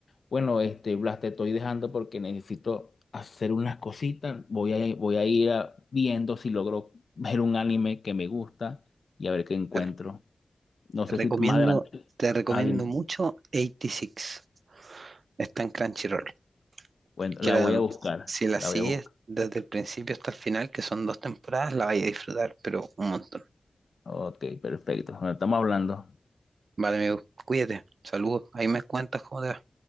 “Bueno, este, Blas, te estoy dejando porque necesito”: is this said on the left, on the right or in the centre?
Left